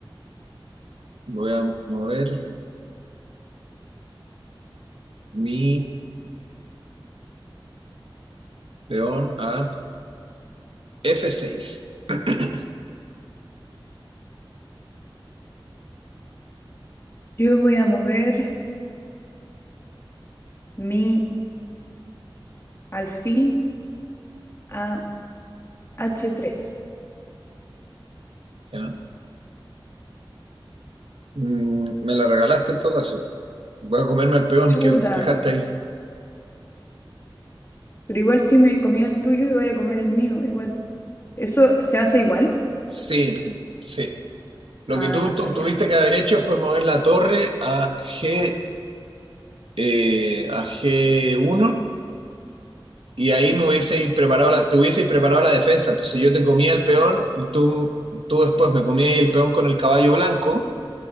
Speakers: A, on the right; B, on the left.
A: voy a mover mi peón a F6. <clears throat>
B: Yo voy a mover mi alfil a h tres.
A: ¿Ya? Mm, me la regalaste en todo caso. Voy a comerme al peón
B: Chuta,
A: que dejaste ahí.
B: pero igual si me comía el tuyo y voy a comer el mío, igual. ¿Eso se hace igual?
A: Sí, sí. Lo
B: Ah,
A: que tú,
B: no sabía.
A: tú tuviste que haber hecho fue mover la torre a G, eh, a G1 y ahí me hubieseis preparado la, te hubieseis preparado la defensa. Entonces yo te comía el peón y tú, tú después me comías ahí el peón con el caballo blanco